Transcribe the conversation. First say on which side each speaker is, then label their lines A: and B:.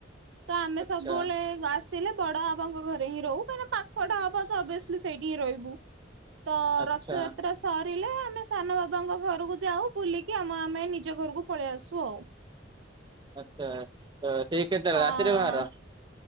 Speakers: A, on the right (about 70°); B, on the right (about 25°).
A: ତ ଆମେ
B: ଆଚ୍ଛା
A: ସବୁବେଳେ ଆସ୍ ଆସିଲେ ବଡ ବାବାଙ୍କ ଘରେ ହିଁ ରହୁ କାହିଁକି ନା ପାଖଟା ହବ ତ ଅବ୍‌ଇଏସ୍‌ଲି ସେଇଠି ହିଁ ରହିବୁ। ତ
B: ଆଚ୍ଛା
A: ରଥଯାତ୍ରା ସରିଲେ ଆମେ ସାନ ବାବାଙ୍କ ଘରକୁ ଯାଉ ବୁଲିକି ଆମ ଆମେ ନିଜ ଘରକୁ ପଳେଇ ଆସୁ ଆଉ।
B: ଆଚ୍ଛା ତ ସେଇ କେତେ
A: ହଁ।
B: ରାତିରେ ବାହାର।